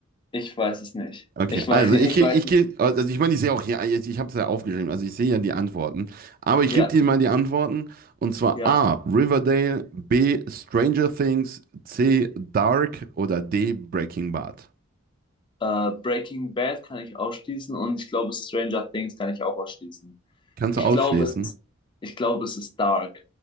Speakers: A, on the left (about 25°); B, on the right (about 45°).
A: ich weiß es nicht.
B: Okay,
A: Ich weiß,
B: also
A: <laughs> ich
B: ich krieg,
A: weiß
B: ich krieg, also ich meine, ich sehe auch hier, ich habe es ja aufgeschrieben, also ich sehe ja die Antworten, aber ich
A: Ja,
B: gebe dir mal die Antworten und zwar
A: ja.
B: A, Riverdale, B, Stranger Things, C, Dark oder D, Breaking Bad.
A: Äh, Breaking Bad kann ich ausschließen und ich glaube Stranger Things kann ich auch ausschließen.
B: Kannst
A: Ich
B: du ausschließen?
A: glaube, es ist, ich glaube, es ist Dark.